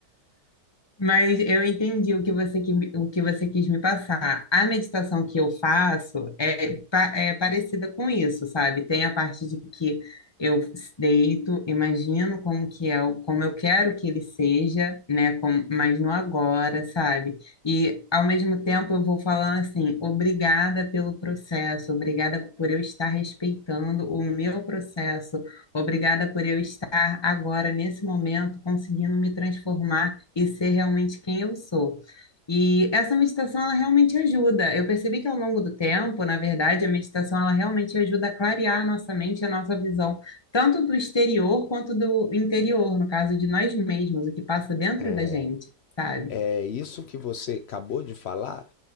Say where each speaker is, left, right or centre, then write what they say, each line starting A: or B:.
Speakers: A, on the left; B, on the left.
A: Mas eu entendi o que você, que, o que você quis me passar. A meditação que eu faço é, pa- é parecida com isso, sabe? Tem a parte de que eu deito, imagino como que é, o- como eu quero que ele seja, né? Como, mas no agora, sabe? E ao mesmo tempo eu vou falando assim, obrigada pelo processo, obrigada por eu estar respeitando o meu processo, obrigada por eu estar agora, nesse momento, conseguindo me transformar e ser realmente quem eu sou. E essa meditação, ela realmente ajuda. Eu percebi que ao longo do tempo, na verdade, a meditação, ela realmente ajuda a clarear a nossa mente, e a nossa visão, tanto do exterior quanto do interior, no caso de nós mesmos, o que passa dentro
B: É,
A: da gente, sabe?
B: É isso que você acabou de falar,